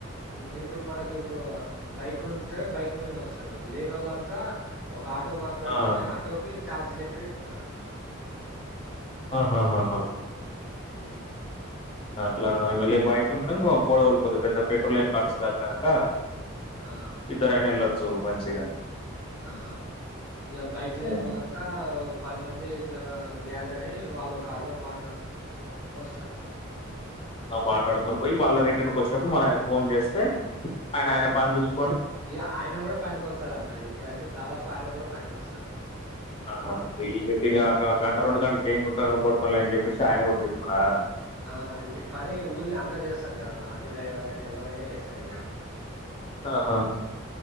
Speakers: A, in the centre; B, on the left (about 25°).
A: మ్ ఇప్పుడు మనకి ఇప్పుడు అ బైక్ఉంట్ తే బైక్ మీద వస్తారు లేనోళ్ళంతా ఒక ఆటో మాట్లాడుకుని
B: ఆ
A: ఆటోకి చార్జ్ లెక్క ఇ తరన్నా
B: ఆహా హా హా హా హ్
A: హ్మ్
B: అ అట్లగా ఇగ లే బైక్ ఉంటెనోమ్ బా గొడవళ్ పోతు పెద్దగా పెట్రోల్ ఏం ఖర్చు కాదు గనుక
A: ఆ!
B: ఇద్దరనేలచ్చూ మంచించిగా
A: ఆ ఇక బైక్ లేని
B: ఉమ్.
A: వాళ్ళంతా పది మంది ఇట్లా గ్యాదర్ అయ్యి వాళ్ళు ఒక ఆటో మాట్లా వస్తారు
B: మాట్లాడుకుని పోయి మళ్ళా రిటర్న్ కు వచ్చినప్పుడు మళ్ళీ ఆయన ఫోన్ చేస్తే ఆయన ఆయన పని చూసుకు
A: ఇ ఆయన కూడా పనికకో స్తాడు అన్న ఇప్పుడైతే దాదాపు ఆయన కూడా పనికి వస్తాడు
B: ఆహా లిఫ్టింగ్ కాక గంట రెండు కానీ ఏం కు కొడతాల అని చెప్పేసి ఆయన కూడా చెస్తుడా
A: ఆ ఇప్పుడు పని ఊళ్ళ అందరు చేస్తారు కదన్న ఆటో డ్రైవర్ అయినా ఎవ్వరైనా చేస్తారు ఇక
B: ఆహా